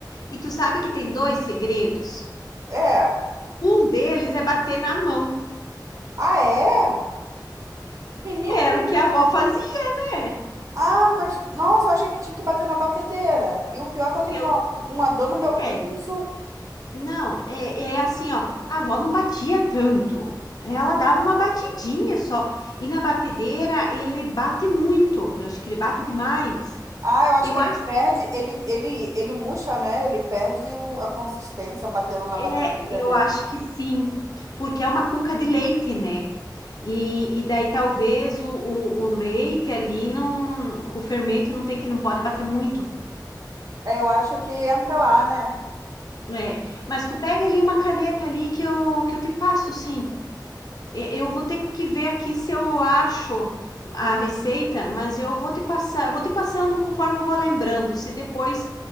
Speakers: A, on the left; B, on the right.
A: E tu sabe que tem dois segredos?
B: É.
A: Um deles é bater na mão.
B: Ah, é? Menina,
A: Era o que a avó fazia. né?
B: Ah, mas nossa, eu achei que tinha que bater na batedeira. E o pior é que eu tenho
A: Eu
B: uma, uma dor no meu pulso.
A: é. Não, é, é assim, ó. A avó não batia tanto. Ela dava uma batidinha só. E na batedeira ele bate muito. Eu acho que ele bate demais.
B: Ah, eu acho
A: Eu
B: que ele
A: acho,
B: perde, ele, ele, ele murcha, né? Ele perde o- a consistência batendo na
A: é,
B: batedeira,
A: eu
B: né?
A: acho que sim, porque é uma cuca de leite, né? E, e daí talvez o, o, o leite ali não, com o fermento não tem que não pode bater muito.
B: É, eu acho que entra lá, né?
A: É, mas tu pega ali uma caneta ali que eu, que eu te passo, sim. E- Eu vou ter que ver aqui se eu acho a receita, mas eu vou te passar, eu vou te passando conforme eu vou lembrando. Se depois,